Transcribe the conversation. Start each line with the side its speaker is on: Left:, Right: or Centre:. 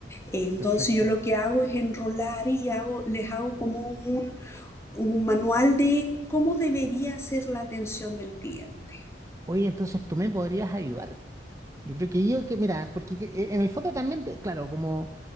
Left: Entonces
Right: Perfecto.
Left: yo lo que hago es enrolar y hago, les hago como un, un manual de cómo debería ser la atención del cliente,
Right: Oye, entonces tú me podrías ayudar. Yo creo que yo que, mira, porque que- eh, en el foto también, te- claro, como...